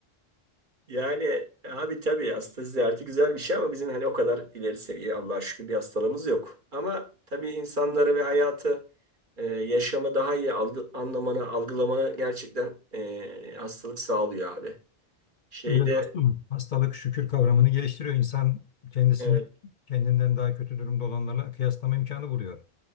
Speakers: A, on the right; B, on the left.
A: Yani abi tabii hasta ziyareti güzel bir şey ama bizim hani o kadar ileri seviye Allah'a şükür bir hastalığımız yok. Ama tabii insanları ve hayatı e, yaşamı daha iyi algı, anlamanı, algılamanı gerçekten e, hastalık sağlıyor abi. Şeyde
B: Öyle dostum. Hastalık şükür kavramını geliştiriyor. İnsan kendisini
A: evet,
B: kendinden daha kötü durumda olanlarla kıyaslama imkanı buluyor.